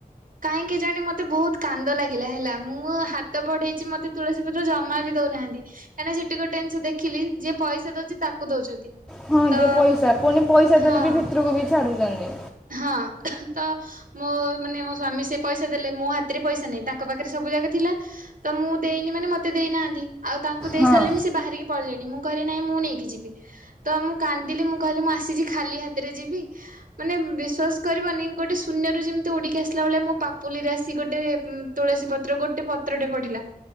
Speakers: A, on the right; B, in the centre.
A: କାହିଁକି ଜାଣେ ମତେ ବହୁତ କାନ୍ଦ ଲାଗିଲା ହେଲା ମୁଁ ହା ତ ବଢେଇଛି ମତେ ତୁଳସୀ ପତ୍ର ଜମା ବି ଦଉନାହାନ୍ତି। କାହିଁକିନା ସେଠି ଗୋଟେ ଜିନିଷ ଦେଖିଲି ଯିଏ ପଇସା ଦଉଛି ତାକୁ ଦଉଛନ୍ତି।
B: ହଁ
A: ତ
B: ଯେ ପଇସା ପୁଣି ପଇସା ଦେଲେ
A: ହଁ
B: ବି ଭିତରକୁ ବି ଛାଡୁଛନ୍ତି।
A: ହଁ ତ ମୋ ମାନେ ମୋ ସ୍ଵାମୀ ସେ ପଇସା ଦେଲେ ମୋ ହାତରେ ପଇସା ନାହିଁ ତାଙ୍କ ପାଖରେ ସବୁଯାକ ଥିଲା ତ ମୁଁ ଦେଇନି ମାନେ ମତେ ଦେଇନାହାନ୍ତି ଆଉ ତାଙ୍କୁ ଦେଇ
B: ହଁ
A: ସାରିଲେଣି ସେ ବାହାରିକି ପଳେଇଲେଣି ମୁଁ କହିଲି ନାଇଁ ମୁଁ ନେଇକି ଯିବି। ତ ମୁଁ କାନ୍ଦିଲି ମୁଁ କହିଲି ମୁଁ ଆସିଛି ଖାଲି ହାତରେ ଯିବି। ମାନେ ବିଶ୍ୱାସ କରିବନି ଗୋଟେ ଶୂନ୍ୟରୁ ଯେମିତି ଉଡ଼ିକି ଆସିଲା ଭଳିଆ ମୋ ପାପୁଲିରେ ଆସିକି ଗୋଟେ ତୁଳସୀ ପତ୍ର ଗୋଟେ ପତ୍ରଟେ ପଡିଲା।